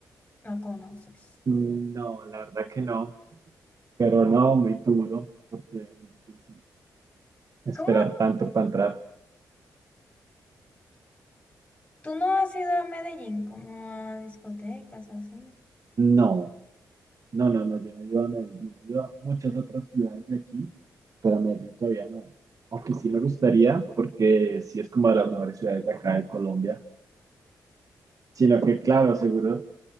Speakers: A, on the left (about 15°); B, on the right (about 50°).
A: la conoces.
B: No, la verdad que no, pero no, muy duro, porque es muy difícil esperar
A: ¿Cómo?
B: tanto para entrar.
A: ¿Tú no has ido a Medellín como a discotecas así?
B: No, no, no, no, yo no iba a Medellín, yo iba a muchas otras ciudades de aquí, pero a Medellín todavía no. Aunque sí me gustaría, porque sí es como de las mejores ciudades de acá de Colombia. Sino que, claro, seguro